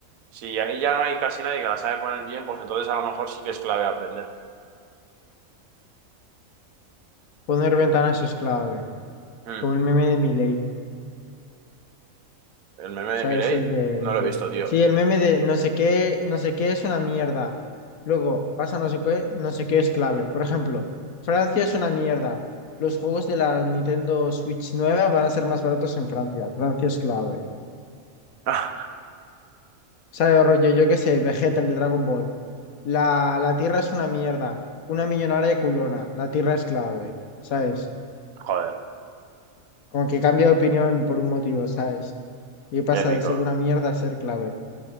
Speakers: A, on the right; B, on the left.
A: Si ahí ya no hay casi nadie que la sabe poner bien, pues entonces a lo mejor sí que es clave aprender.
B: poner ventanas es clave,
A: Mm,
B: como el meme de Milei.
A: El meme
B: sabes
A: de Mireille
B: el de,
A: no
B: el
A: lo
B: de...
A: he visto, tío.
B: Sí, el meme de no sé qué, no sé qué es una mierda. Luego pasa no sé qué, no sé qué es clave. Por ejemplo, Francia es una mierda. Los juegos de la Nintendo Switch nueva van a ser más baratos en Francia. Francia es clave.
A: <laughs>
B: sabes rollo, yo qué sé, Vegeta, el de Dragon Ball. La, la Tierra es una mierda. Una millonaria culona. La Tierra es clave. ¿Sabes?
A: Joder,
B: Como que cambia de opinión por un motivo, ¿sabes? Y pasa
A: épico.
B: de ser una mierda a ser clave.